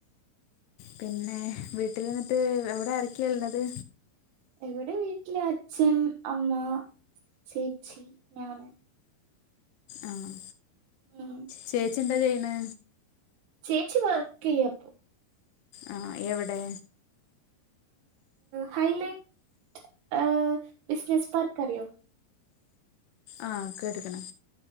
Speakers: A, on the left; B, on the right.
A: പിന്നെ വീട്ടിൽ നിന്നിട്ട് ഔടെ ആരെക്കെ ഇള്ളത്.
B: ഇവിടെ വീട്ടില് അച്ഛൻ അമ്മ ചേച്ചി ഞാൻ.
A: ആഹ്
B: ഉം
A: ചേച്ചി എന്താ ചെയ്യ്ണെ.
B: ചേച്ചി വർക്ക് ചെയ്യാപ്പം.
A: ആ എവിടെ
B: ഹൈലൈറ്റ് ഹ്ബിസസ് പാറ്ക്കറ്യാെ
A: ആ കേട്ട്ക്ക്ണ്.